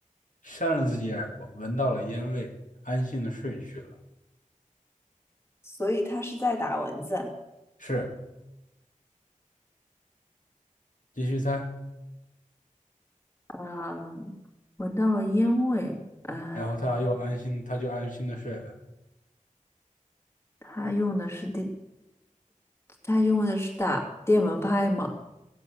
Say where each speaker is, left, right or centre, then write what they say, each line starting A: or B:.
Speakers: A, on the left; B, on the left.
A: 扇了自己耳光，闻到了烟味，安心的睡去了。
B: 所以他是在打蚊子。
A: 是，继续猜。
B: 啊，闻到了烟味啊！
A: 然后他又安心，他就安心的睡了。
B: 他用的是电，他用的是打电蚊拍吗？